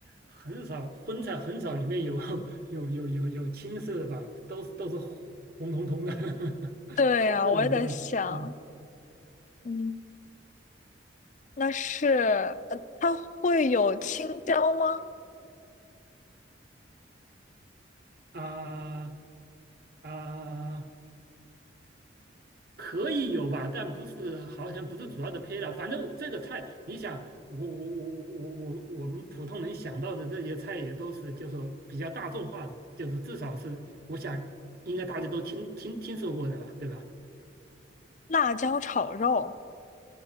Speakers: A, on the right; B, on the left.
A: 很少荤菜很少，里面有 <laughs> 有有有有青色的吧，都是都是红红彤彤的，<laughs>
B: 对呀，
A: 红彤彤的，
B: 我也在想，
A: 嗯
B: 嗯，那是呃，它会有青椒吗？
A: 啊啊，可以有吧，但不是好像不是主要的配料。反正这个菜，你想，我我我我我我们普通人想到的这些菜也都是，就说比较大众化的，就是至少是我想应该大家都听听听说过的吧，对吧？
B: 辣椒炒肉